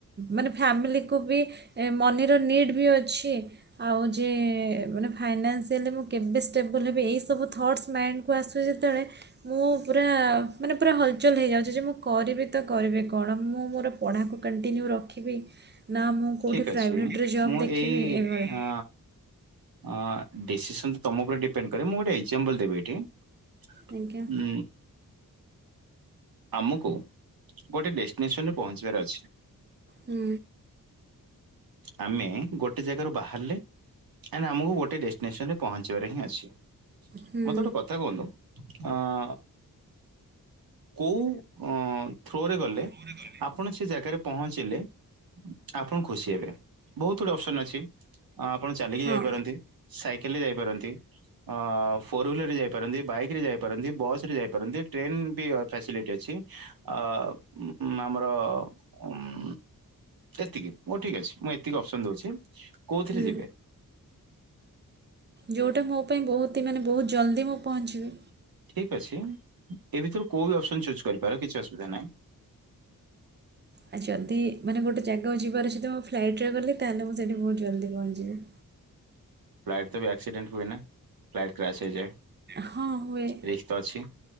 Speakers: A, on the right; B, on the right.
A: ମାନେ ଫ୍ୟାମିଲିକୁୁ ବି ଏ ମନିର ନିଡ଼୍ ବି ଅଛି। ଆଉ ଯେ ମାନେ ଫାଇନାନ୍ସିଆଲି ମୁଁ କେବେ ଷ୍ଟେବଲ ହେବି ଏଇ ସବୁ ଥଟ୍ସ ମାଇଣ୍ଡକୁ ଆସ ତୁ ଯେତେବେଳେ ମୁଁ ପୁରା ମାନେ ପୁରା ହଲଚଲ ହେଇଯାଉଛି ଯେ ମୁଁ କରିବି ତ କରିବି କଣ ମୁଁ ମୋର ପଢ଼ାକୁ କଣ୍ଟିନ୍ୟୁ ରଖିବି ନା ମୁଁ କେଉଁଠି
B: ଠିକ
A: ପ୍ରାଇଭେଟ୍ରେ
B: ଅଛି
A: ଜବ୍
B: ମୁଁ
A: ଦେଖିବି
B: ଏଇ
A: ଏଭଳିଆ
B: ଅ ଆଁ ଡିସିସନ ତ ତମ ଉପରେ ଡିପେଣ୍ଡ କରେ ମୁଁ ଗୋଟେ ଏକ୍ଜାମ୍ପଲ ଦେବି ଏଠି ହ
A: ଆଜ୍ଞା
B: ଆମ କୁ ଗୋଟେ ଡେଷ୍ଟିନେସନରେ ପହଞ୍ଚିବାର ଅଛି।
A: ହୁଁ
B: ଆମେ ଗୋଟେ ଜାଗାରୁ ବାହାରିଲେ ଆଣ୍ଡ ଆମକୁ ଗୋଟେ ଡେଷ୍ଟିନେସନ ରେ ପହଞ୍ଚିବାରେ ହିଁ ଅଛି।
A: ହୁଁ
B: ମତେ ଗୋଟେ କଥା କୁହନ୍ତୁ ଅ- କଉ ଅଁ- ଥ୍ରୋ ରେ ଗଲେ
A: <inaudible>
B: ଆପଣ ସେ ଜାଗାରେ ପହଞ୍ଚିଲେ ଆପଣ ଖୁସି ହେବେ ବହୁତ୍ ଗୁଡେ ଅପ୍ସନ୍ ଅଛି ଛି ଆପଣ ଚାଲିକି
A: ହଁ।
B: ଯାଇପାରନ୍ତି ସାଇକେଲରେ ଯାଇପାରନ୍ତି ଅ- ଫୋର୍ ହୁଲେର୍ ରେ ଯାଇପାରନ୍ତି ବାଇକ୍ ରେ ଯାଇପାରନ୍ତି ବସ୍ ରେ ଯାଇପାରନ୍ତି ଟ୍ରେନ୍ ବି ଫେସିଲିଟି ଅଛି ଅ- ଆମର ଉମ୍- ଏତିକି ଓ ଠିକ୍ ଅଛି। ମୁଁ ଏତିକି ଅପ୍ସନ୍ ଦଉଚି କଉଥିରେ
A: ହୁଁ
B: ଯିବେ?
A: ଯଉଟା ମୋ ପାଇଁ ବହୁତି ହି ମାନେ ବହୁତ୍ ଜଲ୍ଦି ମୁଁ ପହଞ୍ଚିବି
B: ଠିକ୍ ଅଛି ଏଇ ଭିତରୁ କଉ ବି ଅପ୍ସନ୍ ଚୁଜ୍ କରିପାର କିଛି ଅସୁବିଧା ନାହିଁ।
A: ଆଉ ଯଦି ମାନେ ଗୋଟେ ଜାଗାକୁ ଯିବାର ଅଛି ତ ମୁଁ ଫ୍ଲାଇଟ୍ ରେ ଗଲି ତାହେଲେ ମୁଁ ସେଇଠି ବହୁତ ଜଲ୍ଦି ପହଞ୍ଚିବି।
B: ଫ୍ଲାଇଟ୍ ରେ ବି ଆକ୍ସିଡେଣ୍ଟ୍ ହୁଏ ନା ଫ୍ଲାଇଟ୍ କ୍ରାସ୍ ହେଇଯାଏ।
A: ହଁ ହୁଏ।
B: ରିସ୍କ୍ ଅଛି।